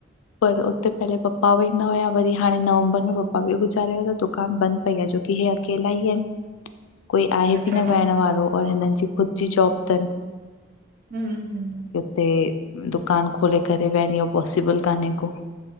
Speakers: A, on the left (about 85°); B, on the right (about 45°).
A: पर उते पहले पप्पा वेंदा हुआ, वरी हाणे नवंबर में पपा बि गुज़ारे व्या त दुकान बंदि पई आहे जो हिय अकेला ई आहिन।
B: <inaudible>
A: कोई आहे
B: अच्छा
A: बि न वियण वारो और हिनन जी ख़ुदि जी जॉब थन।
B: हम्म
A: ते दुकान खोले करे वियन, इयो पॉसिबल कान्हे को।